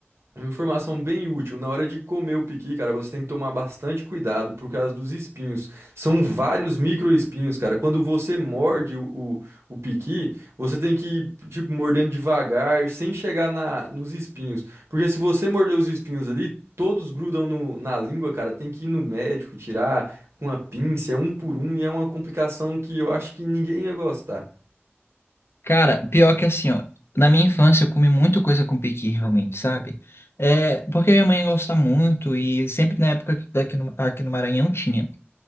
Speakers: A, on the right (about 70°); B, on the left (about 65°).
A: uma informação bem útil. Na hora de comer o piqui, cara, você tem que tomar bastante cuidado por causa dos espinhos. São vários microespinhos, cara. Quando você morde o, o, o piqui, você tem que ir, tipo, mordendo devagar, sem chegar na, nos espinhos. Porque se você morder os espinhos ali, todos grudam no- na língua, cara. Tem que ir no médico, tirar com a pinça, é um por um, e é uma complicação que eu acho que ninguém ia gostar.
B: Cara, pior que assim, ó, na minha infância eu comi muita coisa com piqui, realmente, sabe? É, porque minha mãe gosta muito e sempre na época que- daqui no, aqui no Maranhão tinha.